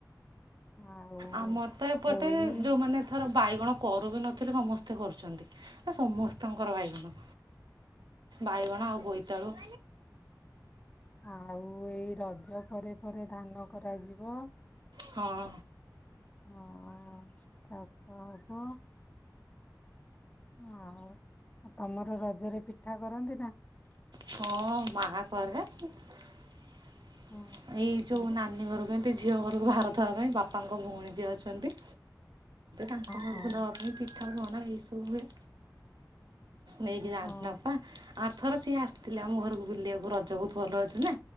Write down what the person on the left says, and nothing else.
ଆଉ
ପୋଇ
ଆଉ ଏଇ ରଜ ପରେ ପରେ ଧାନ କରାଯିବ।
ହ ଚାଷଦ ଆଉ ତମର ରଜରେ ପିଠା କରନ୍ତି ନା।
ହଁ
ହଁ
ହଁ
ହଁ